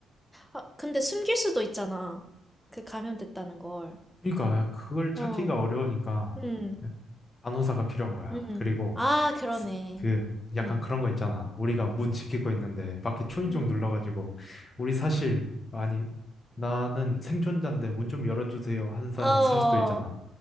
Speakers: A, in the centre; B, on the left (about 30°).
A: 아, 근데 숨길 수도 있잖아. 그 감염됐다는 걸.
B: 그러니까 야, 그걸
A: 어,
B: 찾기가 어려우니까
A: 음.
B: 간호사가 필요한 거야.
A: 음.
B: 그리고
A: 아, 그러네.
B: 스- 그
A: 음.
B: 약간 그런 거 있잖아. 우리가 문 지키고 있는데 밖에 초인종
A: 음.
B: 눌러가지고 우리 사실 아니 나는 생존자인데 문 좀 열어주세요 하는 사람
A: 어.
B: 있을 수도 있잖아.